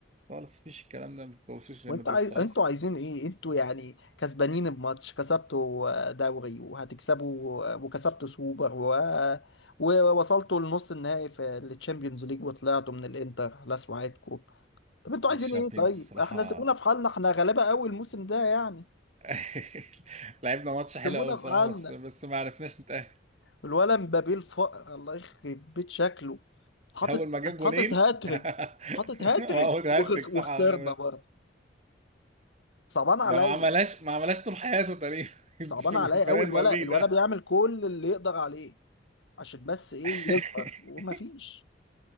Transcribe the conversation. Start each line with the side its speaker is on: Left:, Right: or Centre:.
Right: خالص مفيش الكلام ده ما تكوشوش ريال
Left: وانت
Right: مدريد
Left: عايز
Right: خالص
Left: انتوا عايزين ايه انتوا يعني كسبانين بماتش كسبتوا دوري وهتكسبوا وكسبتوا سوبر و... ووصلتوا لنص النهائي في التشامبيونز ليج وطلعتوا من الانتر لا سوعتكم طب انتوا
Right: على
Left: عايزين
Right: الشامبيونز
Left: ايه طيب
Right: الصراحه
Left: احنا سيبونا في حالنا احنا غلابة قوي الموسم ده يعني
Right: <laughs> لعبنا ماتش حلو
Left: سيبونا
Right: قوي الصراحه
Left: في حالنا
Right: بس بس ما عرفناش نتأهل
Left: الولد مبابي الف... الله يخرب بيت شكله حاطط
Right: اول ما جاب جونين
Left: حاطط هاتريك
Right: <laughs>
Left: حاطط هاتريك
Right: اول هاتريك
Left: وخ-
Right: صح
Left: وخسرنا
Right: على جاب هاتريك.
Left: برضه صعبان
Right: ده
Left: عليا
Right: ما عملهاش ما عملهاش طول حياته تقريبا <laughs>
Left: صعبان
Right: في
Left: عليا
Right: فريق
Left: قوي الولد
Right: مدريد
Left: الولد
Right: ده
Left: بيعمل كل اللي يقدر عليه عشان بس ايه
Right: <laughs>
Left: يظهر ومفيش